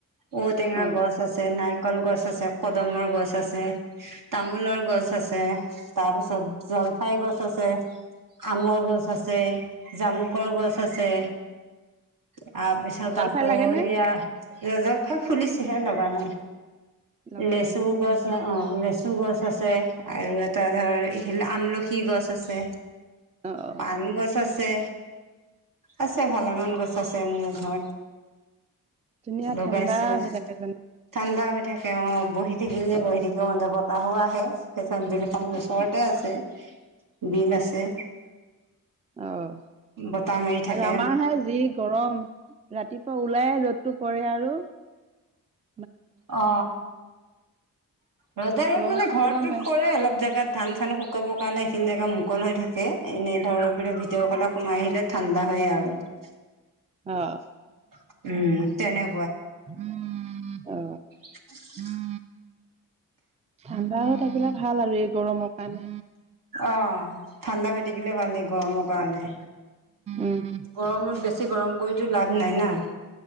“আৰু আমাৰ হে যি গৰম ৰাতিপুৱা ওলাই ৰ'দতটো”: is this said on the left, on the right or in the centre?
Right